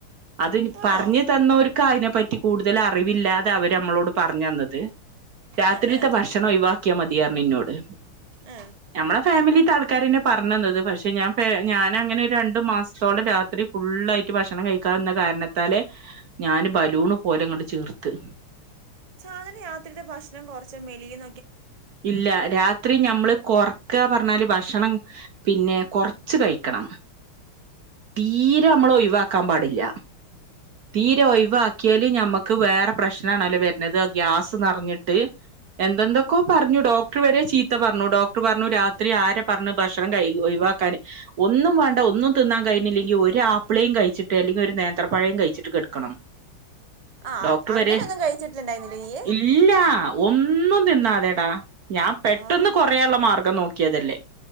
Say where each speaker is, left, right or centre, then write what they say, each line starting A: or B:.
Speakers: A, on the right (about 60°); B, on the right (about 35°).
A: അത് പർഞ്ഞ്
B: ആണോ
A: തന്നോർക്ക് അയിനെ പറ്റി കൂടുതൽ അറിവില്ലതെ അവരമ്മളോട് പറഞ്ഞന്നത് രാത്രീത്തെ
B: ആ ആ
A: ഭക്ഷണം ഒയിവാക്കിയാ മതീയർഞ്ഞ് ഇന്നോട്
B: ആ
A: ഞമ്മളെ ഫാമിലീത്തെ ആൾക്കാരന്നെ പർഞ്ഞന്നത് പക്ഷെ ഞാൻ ഫേ ഞാൻ അങ്ങനെ രൺ ട് മാസ്ത്തോളം രാത്രി ഫുള്ളായിട്ട് ഭക്ഷണം കയ്ക്കാതെന്ന കാര്ണത്താല് ഞാൻ ബലൂണ് പോലെങ്ങ ട് ചീർത്ത്
B: അങ്ങനെ രാത്രീത്തെ ഭക്ഷണം കൊർച്ച മെലിയും
A: ഇല്ല രാത്രി ഞമ്മള് കൊർക്ക പർഞ്ഞാല് ഭക്ഷണം പിന്നെ കൊർച്ച് കയിക്കണം തീരെമ്മള് ഒയ്വാക്കാൻ പാടില്ല തീരെ ഒയ്വാക്കിയാല് ഞമ്മക്ക് വേറെ പ്രശ്നാണോല്ലോ വെര്ന്നത് ഗ്യാസ് നറഞ്ഞിട്ട് എന്തന്തൊക്കോ പർഞ്ഞു
B: അത് വേണ്ട
A: ഡോക്ടർ
B: വേണ്ട
A: വരെ ചീത്ത പർഞ്ഞു ഡോക്ടർ പറഞ്ഞു രാത്രി ആരെ പർഞ്ഞുഭക്ഷണം കയി ഒയ്വ വാക്കാന് ഒന്നും വേണ്ട ഒന്നും തിന്നാൻ കയ്‌ ഞില്ലെങ്കി ഒരു ആപ്പിളേം കയ്ച്ചിട്ട് അല്ലെങ്കിൽ ഒരു നേന്ത്രപ്പഴേം കഴിച്ചിട്ട് കെട്ക്കണം
B: ആ
A: ഡോക്ടർ
B: അങ്ങനെയൊന്നും
A: വരെ
B: കഴിച്ചിട്ടുണ്ടായിരുന്നില്ല നീ
A: ഇല്ല ഒന്ന്- ന്നും തിന്നാതെടാ ഞാൻ പെട്ടന്ന്
B: ആ
A: കൊറയാള്ള മാർഗം നോക്ക്യേതല്ലേ